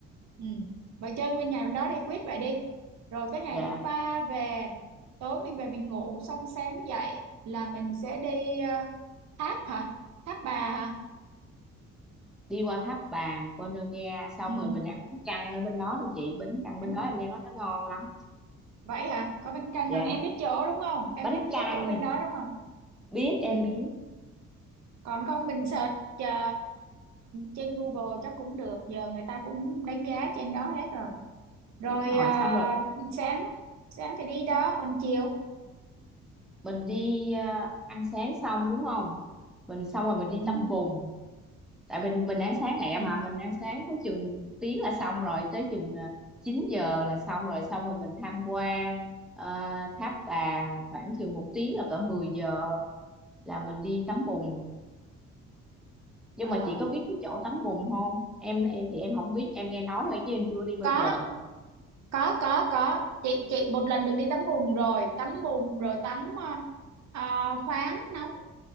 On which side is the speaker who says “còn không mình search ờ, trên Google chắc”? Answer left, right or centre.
Right